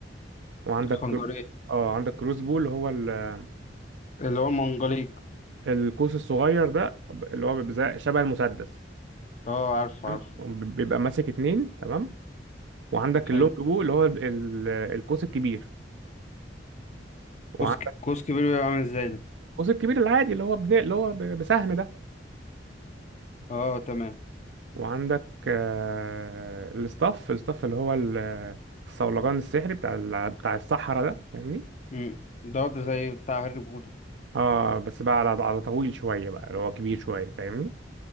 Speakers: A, on the right; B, on the left.
A: وعندك
B: الخنجرية
A: كرو- اه عندك كروس بو اللي هو ال-
B: اللي هو المنجليق
A: القوس الصغير ده اللي هو بيبقى زي- شبه المسدس
B: اه عارف
A: تمام
B: عارف
A: وب- بيبقى ماسك اتنين تمام وعندك
B: حلو
A: اللونج بو اللي هو ال- ال- القوس الكبير وعندك
B: كوس ك- كوس كبير بيبقى عامل ازاي ده
A: القوس الكبير العادي اللي هو بن... اللي هو ب- بسهم ده
B: اه تمام
A: وعندك آه، الستاف الستاف اللي هو ال- الصولجان السحري بتاع ال- بتاع الصحراء ده فاهمني
B: مم. ده ده زي بتاع هاري بوتر
A: اه بس بقى على على طويل شويه بقى اللي هو كبير شويه فاهمني